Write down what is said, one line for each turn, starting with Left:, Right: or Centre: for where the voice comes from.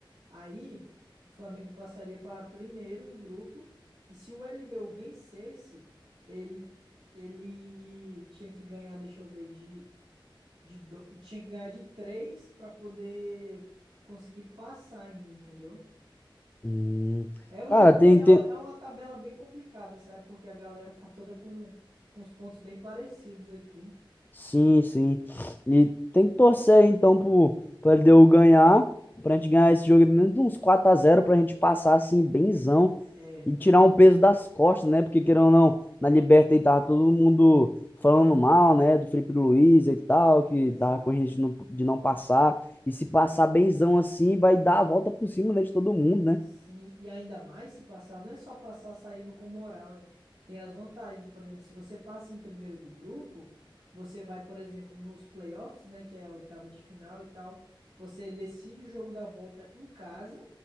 Right: Aí, o Flamengo passaria para primeiro do grupo. E se o LDU vencesse, ele, ele tinha que ganhar, deixa eu ver, de, de do- tinha que ganhar de três para poder conseguir passar ainda, entendeu?
Left: Hum.
Right: É um
Left: Cara,
Right: jogo
Left: tem,
Right: bem, é,
Left: tem,
Right: um- é uma tabela bem complicada, sabe? Porque a galera tá toda com, com os pontos bem parecidos aqui.
Left: Sim, sim. E tem que torcer aí, então pro, pro LDU ganhar, pra gente ganhar esse jogo de menos de uns 4x0, pra gente passar assim, benzão
Right: É,
Left: e tirar um peso das costas, né? Porque querendo ou não, na Liberta aí tava todo mundo falando mal, né? Do Felipe Luiz e tal, que
Right: exato.
Left: tava com risco de não de não passar. E se passar benzão assim, vai dar a volta por cima, né? De todo mundo, né?
Right: Sim, e ainda mais se passar, não é só passar saindo com moral, né? Tem as vantagens, por exemplo, se você passa em primeiro do grupo, você vai, por exemplo, nos playoffs, né, que é a oitava de final e tal, você decide o jogo da volta em casa